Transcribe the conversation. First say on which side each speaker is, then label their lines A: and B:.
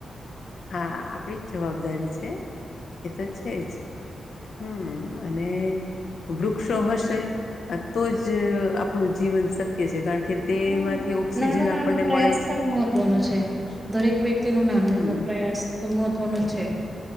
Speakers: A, on the left; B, in the centre.
A: હા, આપડી જ જવાબદારી છે. એ તો છેજ. હમ, અને વૃક્ષો, હશે તો જ આપણું જીવન શક્ય છે. કારણ કે તેમાંથી
B: હ
A: ઓક્સિજન
B: નાનો-નાનો
A: આપણને
B: પ્રયાસ
A: મળે છે
B: પણ મહત્વનો છે. દરેક વ્યક્તિ નુના
A: હમ
B: નાનોુ પ્રયાસ, તો મહત્ત્વનું છે.